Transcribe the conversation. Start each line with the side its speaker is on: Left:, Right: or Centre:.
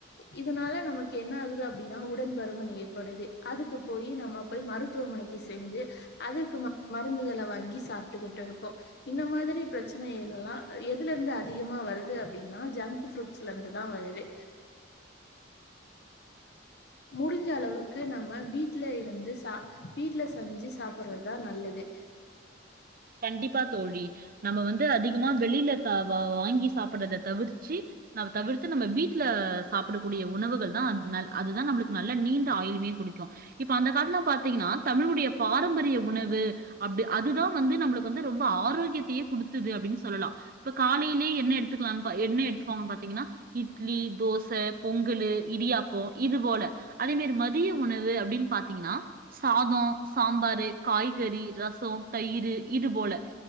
Left: இதனால நமக்கு என்ன ஆகுது அப்டின்னா உடன்பருமன் ஏற்படுது அதுக்கு போயி நம்ம போய் மருத்துவமனைக்கு செஞ்சு அதுக்கு மா மருந்துகள வாங்கி சாப்ட்டுக்கிட்டு இருக்கோ இந்த மாதிரி பிரச்சனைகள் எல்லா எதுல இருந்து அதிகமா வருது அப்டின்னா ஜங்க்கு ஃப்ரூட் <unintelligible> லருந்து தா வருது முடிஞ்ச அளவுக்கு நம்ம வீட்ல இருந்து சா வீட்ல செஞ்சு சாப்டுறதா நல்லது
Right: கண்டிப்பா தோழி நம்ம வந்து அதிகமா வெளியில த ப வாங்கி சாப்பிடுறத தவிர்ச்சு அது தவிர்த்து நம்ம வீட்ல சாப்பிடக்கூடிய உணவுகள் தா அதுதா நம்மளுக்கு நல்ல நீண்ட ஆயிலுமே குடுக்கு இப்ப அந்த காலத்துல்லா பாத்தீங்ன்னா தமிழுடைய பாரம்பரிய உணவு அப்டி அதுதா வந்து நம்மளுக்கு வந்து ரொம்ப ஆரோக்கியத்தையே குடுத்துது அப்டின்னு சொல்லலா இப்ப காலைலயே என்ன எத்துக்கலாம்னு என்ன எடுத்துக்கோங்கன்னு பாத்தீங்கன்னா இட்லி தோச பொங்கலு இடியாப்போ இது போல அதே மாரி மதிய உணவு அப்டின்னு பாத்தீங்கன்னா சாதோ சாம்பாரு காய்கறி ரசொ தயிரு இது போல